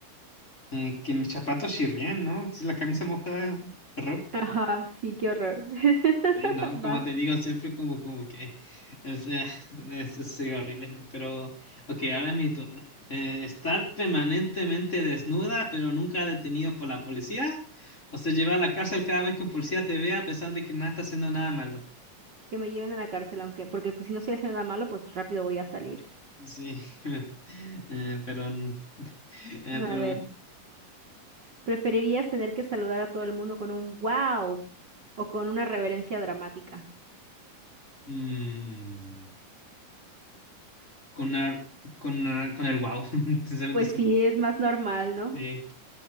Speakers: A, on the left; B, on the right.
A: Eh, que mis zapatos chirrían, ¿no? Si la camisa mojada, error.
B: Ajá, sí, qué horror. <laughs>
A: Sí, no,
B: Vas,
A: como te digo, siempre como, como que, o sea, <laughs> eso sería horrible, pero, ok, ahora es mi turno. Eh, estar permanentemente desnuda, pero nunca detenido por la policía, o sea, llevar a la cárcel cada vez que un policía te vea a pesar de que no estás haciendo nada malo.
B: que me lleven a la cárcel, aunque, porque pues si no estoy haciendo nada malo, pues rápido voy a salir.
A: Sí, <laughs> eh, pero, mm, eh, pero,
B: A ver, ¿preferirías tener que saludar a todo el mundo con un wow o con una reverencia dramática?
A: mm, con, la- con, la- con el wow, <laughs> sinceramente
B: Pues
A: sí,
B: sí, es más normal, ¿no?
A: sí.